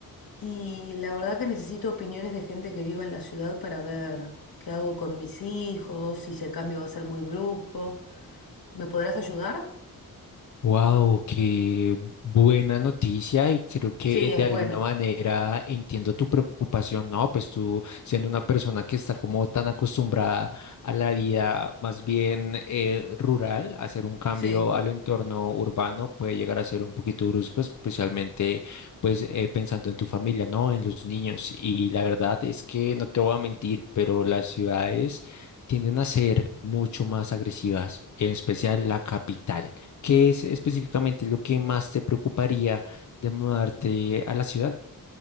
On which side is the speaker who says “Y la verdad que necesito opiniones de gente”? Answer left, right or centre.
Left